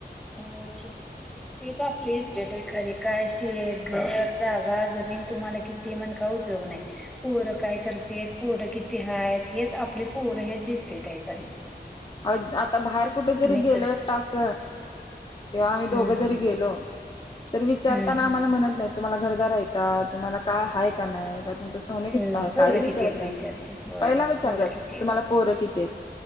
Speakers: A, in the centre; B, on the left (about 25°).
A: हो कि तेच आपली इस्टेट आहे. खरे काय शेत घर जागा जमीन तुम्हाला किती म्हण का उपयोग नाही. पोरं काय करते पोर किती हायत हेच आपली पोर हेच हिस्टेट आहे खरी
B: अ आता बाहेर कुठे जरी
A: मी
B: गेलो
A: तर
B: एक तास तेव्हा आम्ही
A: हम्म
B: दोघं जरी गेलो तर विचारताना
A: हम्म
B: आम्हाला म्हणत नाही. तुम्हाला घरदार आहे का तुम्हाला काय आहे का नाही का? तम सोन किस्त
A: हम्म
B: आहे
A: पोरं
B: काही विचारत
A: किती आहेत
B: नाहीत
A: विचारतेत होय
B: पहिला विचारतात
A: पोरं किती आहेत
B: तुम्हाला पोरं किती?